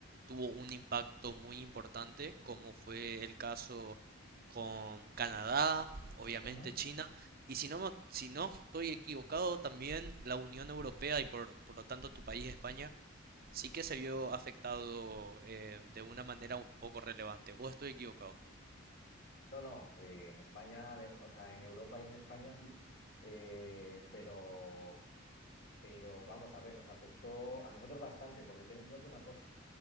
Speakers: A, on the right; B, on the left.
A: tuvo un impacto muy importante, como fue el caso con Canadá, obviamente
B: Ujú.
A: China, y si no, me- si no estoy equivocado, también la Unión Europea y por, por lo tanto tu país, España, sí que se vio afectado eh, de una manera un poco relevante. ¿O estoy equivocado?
B: No, no, eh, en España, adem- o sea, en Europa y en España sí, eh, pero, pero vamos a ver, nos afectó a nosotros bastante, porque ten en cuenta una cosa.